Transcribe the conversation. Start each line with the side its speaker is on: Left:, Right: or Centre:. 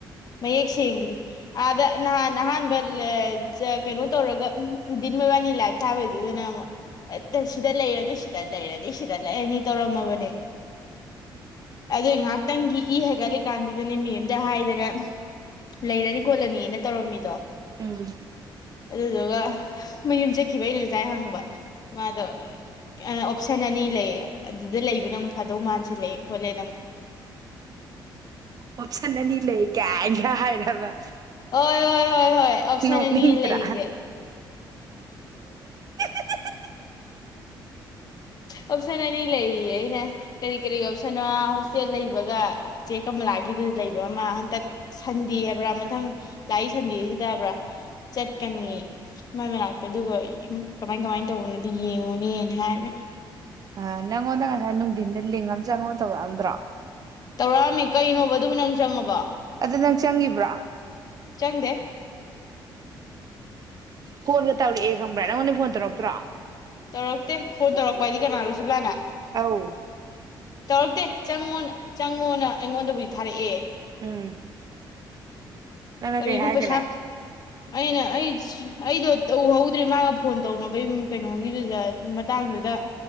Left: ꯃꯌꯦꯛꯁ ꯏꯂꯤ ꯑꯥꯗ ꯅꯍꯥꯟ ꯑꯍꯥꯟꯕ ꯀꯩꯅꯣ ꯇꯧꯔꯒ ꯗꯤꯟ ꯃꯣꯏꯕꯥꯅꯤ ꯂꯥꯏꯞ ꯊꯥꯕꯩꯗꯨꯗꯅ ꯑꯃꯨꯛ ꯁꯤꯗ ꯂꯩꯔꯅꯤ ꯁꯤꯗ ꯂꯩꯔꯅꯤ ꯁꯤꯗ ꯂꯩꯔꯅꯤ ꯇꯧꯔꯝꯃꯕꯅꯦ ꯑꯗꯨꯏ ꯉꯥꯏꯍꯥꯛꯇꯪꯒꯤ ꯏ ꯍꯥꯏꯒꯠꯂꯤꯀꯥꯟꯗꯨꯗꯅꯦ ꯃ ꯑꯦꯝꯗ ꯍꯥꯏꯗꯅ ꯂꯩꯔꯅꯤ ꯈꯣꯠꯂꯅꯤꯅ ꯇꯧꯔꯝꯃꯤꯗꯣ
Right: ꯎꯝ
Left: ꯑꯗꯨꯗꯨꯒ ꯃꯌꯨꯝ ꯆꯠꯈꯤꯕ ꯑꯩꯅ ꯉꯖꯥꯏ ꯍꯪꯕ ꯃꯥꯗꯣ ꯑꯣꯞꯁꯟ ꯑꯅꯤ ꯂꯩ ꯑꯗꯨꯗ ꯂꯩꯕꯅ ꯗꯧ ꯃꯥꯟꯁꯤꯜꯂꯦ ꯈꯣꯠꯂꯦ
Right: ꯑꯣꯞꯁꯟ ꯑꯅꯤ ꯂꯩ ꯀꯦꯒ ꯍꯥꯏꯔꯕ
Left: ꯍꯣꯏ ꯍꯣꯏ ꯍꯣꯏ ꯍꯣꯏ ꯑꯣꯞꯁꯟ
Right: ꯅꯣꯛꯅꯤꯡꯗ꯭ꯔꯥ
Left: ꯑꯅꯤ ꯂꯩꯔꯤꯁꯦ
Right: <unintelligible>
Left: ꯑꯣꯞꯁꯟ ꯑꯅꯤ ꯂꯩꯌꯦ ꯑꯩꯅ ꯀꯔꯤ ꯀꯔꯤ ꯑꯣꯞꯁꯟ ꯑꯃ ꯍꯣꯁꯇꯦꯜ ꯂꯩꯕꯒ ꯆꯦ ꯀꯃꯂꯥꯒꯤꯗꯨ ꯂꯩꯕ ꯑꯃ ꯍꯟꯇꯛ ꯁꯟꯗꯦ ꯍꯥꯏꯕ꯭ꯔꯥ ꯃꯊꯪ ꯂꯥꯛꯏ ꯁꯟꯗꯦꯁꯤꯗꯕ꯭ꯔꯥ ꯆꯠꯀꯅꯤ ꯃꯣꯏ ꯃꯅꯥꯛꯇ ꯑꯗꯨꯒ ꯀꯃꯥꯏ ꯀꯃꯥꯏꯅ ꯇꯧꯕꯅꯣ ꯌꯦꯉꯅꯦ ꯌꯦꯅꯦ ꯍꯥꯏꯕ
Right: ꯑ ꯅꯪꯉꯣꯟꯗ ꯉꯁꯥꯏ ꯅꯨꯡꯊꯤꯟꯗ ꯂꯤꯡꯉꯝ ꯆꯦ ꯑꯩꯉꯣꯟꯗ ꯇꯧꯔꯛꯑꯝꯗ꯭ꯔꯣ
Left: ꯇꯧꯔꯛꯑꯝꯃꯤ ꯀꯩꯅꯣꯕ ꯑꯗꯨꯕꯨ ꯅꯪ ꯆꯪꯉꯕꯣ
Right: ꯑ ꯅꯪ ꯆꯪꯈꯤꯕ꯭ꯔꯥ
Left: ꯆꯪꯗꯦ
Right: ꯐꯣꯟꯒ ꯇꯧꯔꯛꯑꯦ ꯈꯪꯕ꯭ꯔꯥ ꯅꯪꯉꯣꯟꯗ ꯐꯣꯟ ꯇꯧꯔꯛꯇ꯭ꯔꯣ
Left: ꯇꯧꯔꯛꯇꯦ ꯐꯣꯟ ꯇꯧꯔꯛꯄ ꯍꯥꯏꯗꯤ ꯀꯅꯥꯅꯣ ꯁ ꯀꯥꯟꯅ
Right: ꯑꯥꯎ
Left: ꯇꯧꯔꯛꯇꯦ ꯆꯪꯉꯣ ꯆꯪꯉꯣꯅ ꯑꯩꯉꯣꯟꯗꯕꯨꯗꯤ ꯊꯥꯔꯛꯑꯦ
Right: ꯎꯝ ꯅꯅꯗꯤꯦ
Left: ꯀꯔꯤꯅꯣ
Right: ꯍꯥꯏꯒ꯭ꯔ
Left: ꯄꯩꯁꯥ ꯑꯩꯅ ꯑꯩ ꯑꯩꯗꯣ ꯎꯍꯧꯗ꯭ꯔꯦ ꯃꯥꯒ ꯐꯣꯟ ꯇꯧꯅꯕꯩ ꯀꯩꯅꯣꯒꯤꯗꯨꯗ ꯃꯇꯥꯡꯗꯨꯗ